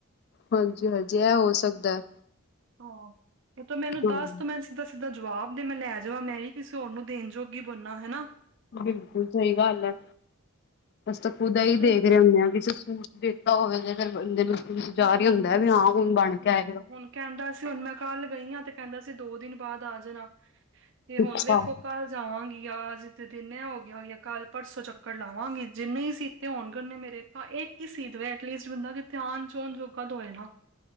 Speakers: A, on the left (about 50°); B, on the right (about 60°).
A: ਹਾਂਜੀ, ਹਾਂਜੀ ਇਹ ਹੋ ਸਕਦਾ।
B: ਹਾਂ, ਇਹ ਤਾਂ ਮੈਨੂੰ
A: ਹਾਂ
B: ਦੱਸ ਤ ਮੈਂ ਦਸ ਸਿਦਾ ਜਵਾਬ ਦੇ ਮੈਂ ਲੈ ਜਾਵਾਂ ਮੈਂ ਈ ਕਿਸੇ ਹੋਰ ਨੂੰ ਦੇਣ ਜੋੋਗੀ ਬਨਾਂ ਹੈਨਾ।
A: ਬਿਲਕੁਲ ਸਹੀ ਗੱਲ ਐ, ਅਸੀਂ ਤਾਂ ਖੁਦ ਏਹੀ
B: ਚਲੋ
A: ਦੇਖ ਰਹੇ ਹੁੰਣੇ ਆਂ ਕਿ ਸੱਸ ਦੇਤਾ ਹੋਵੇ ਤੇ ਫੇਰ ਬੰਦੇ ਨੂੰ ਜਾਰ ਹੀ ਹੁੰਦਾ ਵੀ ਹਾਂ ਹੁਣ ਬਣ
B: ਹਾਂ,
A: ਕੇ ਆਏਗਾ।
B: ਹੁਣ ਕਹਿੰਦਾ ਸੀ ਹੁਣ ਮੈਂ ਕੱਲ ਗਈਆਂ ਤੇ ਕਹਿੰਦਾ ਸੀ, ਦੋ ਦਿਨ ਬਾਅਦ ਆ ਜਾਣਾ ਤੇ ਹੁਣ
A: ਅੱਛਾ
B: ਵੇਖੋ ਕੱਲ ਜਾਵਾਂਗੀ ਆ ਜਿੱਥ ਦਿਨ ਹੋ ਗਿਆ ਹੋ ਆ, ਕੱਲ੍ਹ ਪਰਸੋਂ ਚੱਕਰ ਲਾਵਾਂਗੀ ਜੇ ਨ੍ਹੀਂ ਸੀ ਤੇ ਆਉਣ ਕਰਨੇ ਮੇਰੇ ਭ ਇੱਕ ਹੀ ਸੀ ਦਵੇ, ਐਟਲੀਸਟ ਬੰਦਾ ਕਿਥੇ ਆਨ ਜੋਣ ਜੋਗਾ ਤੋਂ ਹੋਏ ਨਾ।